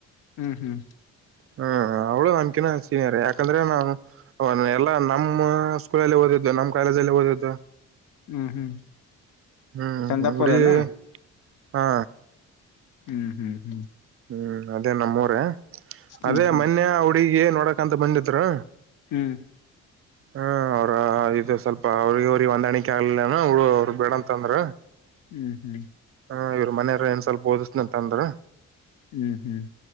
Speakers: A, on the left; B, on the right.
A: ಹ್ಮ್ ಹ್ಮ್
B: ಹ್ಮ್ ಅವ್ಳು ನನ್ಕಿನ ಸೀನಿಯಾರೆ ಯಾಕಂದ್ರೆ ನಾವು ಎಲ್ಲಾ ನಮ್ಮ್ ಸ್ಕೂಲಲ್ಲಿ ಓದಿದ್ದು ನಮ್ಮ್ ಕಾಲೇಜ ಅಲ್ಲಿ ಓದಿದ್ದು
A: ಹ್ಮ್ ಹ್ಮ್
B: ಹ್ಮ
A: ಚಂದಾಪುರನ
B: ಹುಡುಗಿ ಹಾ
A: ಹ್ಮ್ ಹ್ಮ್ ಹ್ಮ್
B: ಹ್ಮ್ ಅದೇ ನಮ್ಮ ಉರೆ
A: ಹ್ಮ್
B: ಅದೇ
A: ಹ್ಮ್
B: ಮೊನ್ನೆ ಹುಡುಗಿಗೆ ನೋಡಕ ಅಂತ ಬಂದಿದ್ರು
A: ಹ್ಮ್
B: ಹ್ಮ ಅವ್ರ ಇದು ಸ್ವಲ್ಪ ಅವ್ರಗ ಅವ್ರಿಗೆ ಹೊಂದಾಣಿಕೆ ಆಗ್ಲಿಲ್ಲನ ಅವ್ರಗ್ ಬೇಡಂತ ಅಂದ್ರ
A: ಹ್ಮ್ ಹ್ಮ್
B: ಹಾ ಇವ್ರ್ ಮನೆಯಾವ್ರ್ ಏನ್ ಸ್ವಲ್ ಓಡುಸ್ತಿನಿ ಅಂದ್ರ
A: ಹ್ಮ್ ಹ್ಮ್